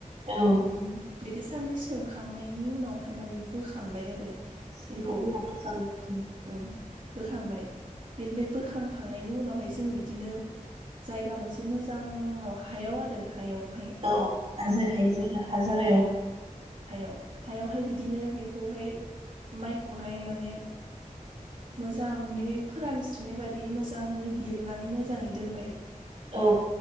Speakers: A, on the right (about 45°); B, on the right (about 65°).
A: औ
B: उम बिदि सान्नै सोमखांनाय नि उनावहाय माने बोखांबाय आरो
A: <unintelligible>
B: बेखौ उम बोखांबाय बेनिफ्राय बोखांखांनायनि उनावहाय जों बिदिनो जायगा मोनसे मोजांआव हायाव आरो हायावहाय
A: औ हाजोहाय हाजाहायाव
B: हायाव हायावहाय बिदिनो बेखौहाय माइखौहाय माने मोजाङै फोरानस्रिनाय बादि मोजाङै बिरनानै मोजाङै दोनबाय।
A: औ